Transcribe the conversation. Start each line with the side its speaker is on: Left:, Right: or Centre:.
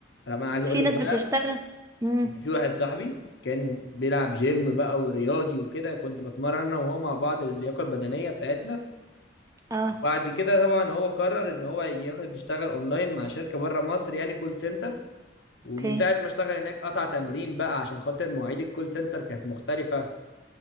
Left: انا ما عايز
Right: في
Left: اقول لك
Right: ناس
Left: بقى
Right: بتشتغل امم
Left: ان في واحد صاحبي كان بيلعب جيم بقى ورياضي وكده كنت بتمرن انا وهو مع بعض اللياقه البدنيه بتاعتنا
Right: اه
Left: وبعد كده طبعا هو قرر ان هو ياخد يشتغل اونلاين مع شركه بره مصر يعني كول سنتر ومن
Right: اوكي
Left: ساعه ما اشتغل هناك قطع تمرين بقى عشان خاطر مواعيد الكول سنتر كانت مختلفه